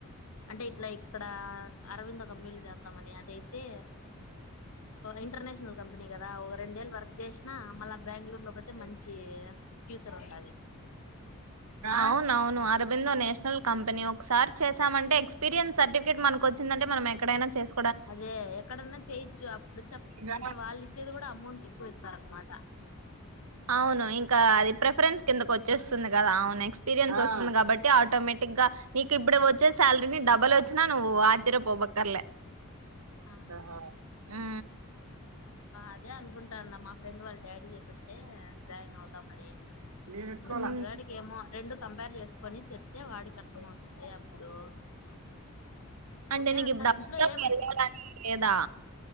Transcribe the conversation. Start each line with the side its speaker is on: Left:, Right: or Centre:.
Left: అంటే ఇట్లా ఇక్కడ అరవింద కంపెనీలు చేద్దామని అదైతే ఇంటర్నేషనల్ కంపెనీ కదా ఒక రెండేళ్ళ వర్క్ చేసినా మళ్ళ బెంగళూరు లో పోతే మంచి ఫ్యూచర్ ఉండది
Right: అవునవును అరబిందో నేషనల్ కంపెనీ ఒకసారి చేశామంటే ఎక్స్పీరియన్స్ సర్టిఫికెట్ మనకు వచ్చిందంటే మనం ఎక్కడైనా చేసా
Left: అదే ఎక్కడన్నా చేయొచ్చు అప్పుడు చె
Right: దా
Left: అంటే వాళ్ళు ఇచ్చేది కూడా అమౌంట్ ఎక్కువ ఇస్తార అనమాట
Right: అవును ఇంకా అది ప్రిఫరెన్స్ కిందక వచ్చేస్తుంది కదా అవును ఎక్స్పీరియన్స్ వస్తుంది కాబట్టి ఆటోమేటిక్గా నీకు ఇప్పుడు వచ్చే శాలరీని డబల్ వచ్చినా నువ్వు ఆశ్చర్యపోవక్కర్లే
Left: ఆ
Right: ఆహా ఆ
Left: అదే అనుకుంటాం మా ఫ్రెండ్ వాళ్ళ డాడీ చెప్పింటే జాయిన్ అవుదామని
Right: మ్మ్
Left: ఇంగ చింటు కాడికి ఏమో రెండు కంపేర్ చేసుకొని చెప్తే వాడికి అర్థం అవుతుంది అప్పుడు
Right: అంటే
Left: ఓకే
Right: నీకు
Left: అంటారు
Right: ఇప్పుడు అపోలో
Left: ఇంట్లో ఏమి
Right: కి వెళ్ళాలని లేదా